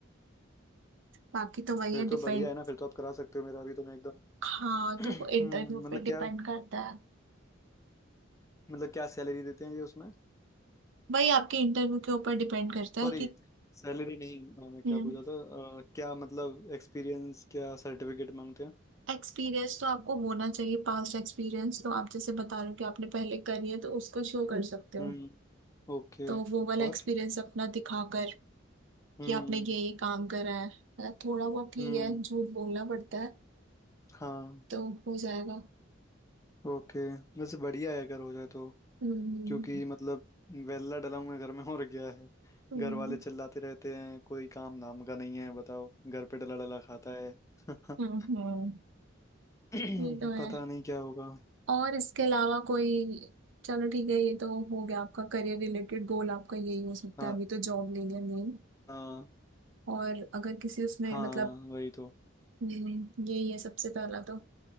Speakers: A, on the right; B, on the left.
A: बाकी तो वही
B: फिर
A: है
B: तो
A: डिपेंड
B: बढ़िया है ना फिर तो आप करा सकते हो मेरा अभी तो मैं एकदम
A: हाँ
B: <clears throat>
A: तो वो इंटरव्यू
B: हम्म, मतलब
A: पे डिपेंड
B: क्या
A: करता है
B: मतलब क्या सैलरी देते हैं ये उसमें
A: वही आपके इंटरव्यू के ऊपर डिपेंड करता
B: सॉरी
A: है कि
B: सैलरी नहीं हाँ, मैं क्या
A: हम्म
B: पूछा था अ, क्या मतलब एक्सपीरियंस क्या सर्टिफिकेट मांगते हैं
A: एक्सपीरियंस तो आपको होना चाहिए पास्ट एक्सपीरियंस तो आप जैसे बता रहे हो कि आपने पहले करी है तो उसको शो कर सकते हो
B: हम्म ओके
A: तो वो वाला
B: और
A: एक्सपीरियंस अपना दिखाकर
B: हम्म
A: कि आपने ये ये काम करा है मतलब थोड़ा बहुत ठीक
B: हम्म
A: है झूठ बोलना पड़ता है
B: हाँ
A: तो हो जाएगा
B: ओके वैसे बढ़िया है अगर हो जाए तो
A: हम्म
B: क्योंकि मतलब वेल्ला डला हुआ है घर में और क्या है
A: हम्म
B: घर वाले चिल्लाते रहते हैं कोई काम नाम का नहीं है बताओ घर पे डला डला खाता है <clears throat>
A: हम्म हम्म,
B: <laughs>
A: ये तो है
B: पता नहीं क्या होगा
A: और इसके अलावा कोई चलो ठीक है ये तो हो गया आपका करियर रिलेटेड गोल आपका यही हो सकता
B: हाँ
A: है अभी तो जॉब ले लिया नहीं
B: हाँ
A: और अगर किसी उसमें
B: हाँ
A: मतलब
B: वही तो
A: हम्म, यही है सबसे पहला तो